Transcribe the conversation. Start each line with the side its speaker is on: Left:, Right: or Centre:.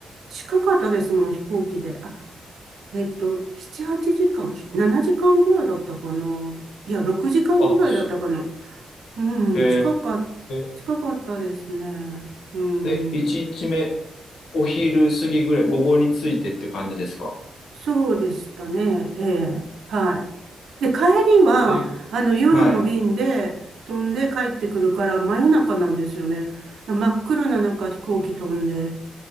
Right: 近かったですもん、飛行機で。あえっと、7、8時間、7時間ぐらいだったかな。いや、6時間ぐらいだったかな。
Left: あ、そ、
Right: うん、
Left: へ
Right: 近か、
Left: え。
Right: 近かったですね。うん、
Left: で、1日目、お昼過ぎぐらい、午後についてって感じですか
Right: そうでしたね。ええ、はい。で、帰りは、
Left: で、
Right: あの、夜の便で飛んで帰ってくるから、
Left: はい。
Right: 真夜中なんですよね。真っ暗な中、飛行機飛んで、